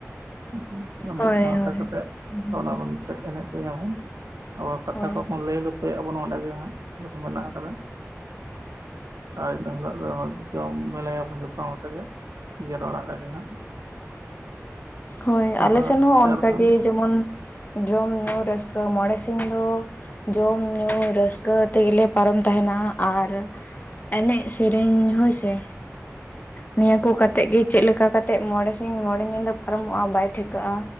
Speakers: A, on the right; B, on the left.
A: ᱦᱮᱸᱥᱮ ᱢᱤᱫ
B: ᱦᱳᱭ
A: ᱥᱟᱶᱛᱮ
B: ᱦᱳᱭ
A: ᱠᱟᱛᱮ ᱚᱸᱰᱮ ᱵᱚᱱ ᱮᱱᱮᱡ ᱥᱮᱨᱮᱧᱟ ᱵᱚᱱ ᱟᱵᱚ ᱠᱟᱛᱷᱟ
B: ᱦᱳᱭ
A: ᱠᱚᱵᱚᱱ ᱞᱟᱹᱭ ᱞᱟᱹᱭᱟᱜ ᱟᱵᱚᱱ ᱚᱸᱰᱮ ᱜᱤ ᱦᱟᱸᱜ ᱡᱚᱢ ᱢᱮᱱᱟᱜ ᱟᱠᱟᱫᱟ ᱟᱨ ᱤᱱᱟᱹ ᱦᱤᱞᱳᱜ ᱫᱚ ᱡᱚᱢ ᱢᱮᱥᱟᱭᱟᱵ ᱡᱚᱛᱚ ᱦᱚᱲ ᱛᱮᱜᱮ ᱱᱤᱡᱮᱨ ᱚᱲᱟᱜ ᱨᱮᱜᱮ ᱦᱟᱸᱜ
B: ᱦᱳᱭ
A: ᱚᱱᱠᱟ
B: ᱟᱞᱮ ᱥᱮᱱ
A: ᱠᱟᱛᱮᱫ
B: ᱦᱚᱸ
A: ᱜᱮ
B: ᱚᱱᱠᱟᱜᱮ
A: ᱟᱨ ᱵᱟᱠᱷᱟᱱ
B: ᱡᱮᱢᱚᱱ ᱡᱚᱢ ᱧᱩ ᱨᱟᱹᱥᱠᱟᱹ ᱢᱚᱬᱮ ᱥᱤᱧ ᱫᱚ ᱡᱚᱢ ᱧᱩ ᱨᱟᱹᱥᱠᱟᱹ ᱛᱮᱜᱮᱞᱮ ᱯᱟᱨᱚᱢ ᱛᱟᱦᱮᱱᱟ ᱟᱨ ᱮᱱᱮᱡ ᱥᱮᱨᱮᱧ ᱦᱚᱳᱭ ᱥᱮ ᱱᱤᱭᱟᱹ ᱠᱚ ᱠᱟᱛᱮᱜ ᱜᱮ ᱪᱮᱫ ᱞᱮᱠᱟ ᱠᱟᱛᱮᱜ ᱢᱚᱬᱮ ᱥᱤᱧ ᱢᱚᱬᱮ ᱧᱤᱫᱟᱹ ᱯᱟᱨᱚᱢᱚᱜᱼᱟ ᱵᱟᱭ ᱴᱷᱤᱠᱟᱹᱜᱼᱟ